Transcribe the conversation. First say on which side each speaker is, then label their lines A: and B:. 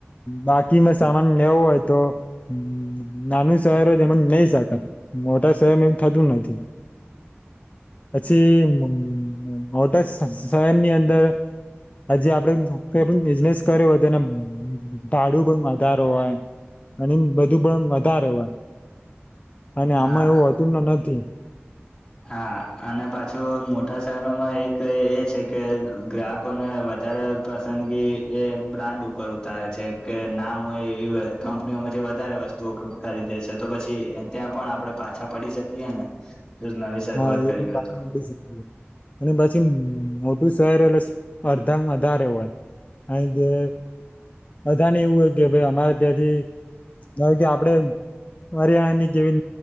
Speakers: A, on the left; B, on the left.
A: બાકીનો સામાન લેવો હોય તો હમ્મ નાનું શહેર હોય તેમાંથી લઈ શકાય. મોટુ મોટા શહેરમાં એવુ થતું નથી. પછી મમ મોટા શ શહેરની અંદર હજી આપડે કઈ પણ બિઝનેસ કર્યો હોય તેનો ભાડું પણ વધારો હોય. અને બધું પણ વધારે હોય. અને
B: હા
A: આમાં એવું હતું તો નથી.
B: હા અને પાછું મોટા શહેરોમાં એક એ છે કે ગ્રાહકોને વધારે પસંદગી એ બ્રાન્ડ ઉપર ઉતારે છે, કે નામ હોય એવ કંપનીઓમાં વધારે વસ્તુઓ ખરીદે છે, તો પછી ત્યાં પણ આપણે પાછા પડી શકીએ ને. જો નવી શરૂઆત
A: હા એ
B: કરી
A: પણ
B: હોય
A: પાછી
B: તો
A: <unintelligible> અને પછી <unintelligible> શું શહેર એટલે સ્પર્ધામાં વધારે હોય. કારણે કે બધા ને એવું હોય કે ભઈ અમારે ત્યાંથી કારણ કે આપડે અરે આની કેવી